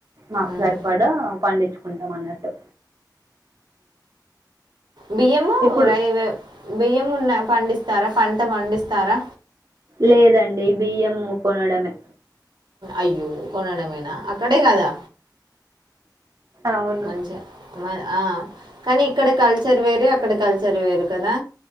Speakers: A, on the right; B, on the right.
A: మాకు
B: ఉమ్,
A: సరిపడా పండించుకుంటాం అన్నట్టు
B: బియ్యము
A: ఇప్పుడు
B: రైవ బియ్యము ఉన్నా పండిస్తారా పంట పండిస్తారా
A: లేదండి బియ్యం కొనడమే
B: అయ్యో కొనడమేనా అక్కడే కదా
A: అవును
B: మంచిగా ఆ కానీ ఇక్కడ కల్చర్ వేరే అక్కడ కల్చర్ వేరు కదా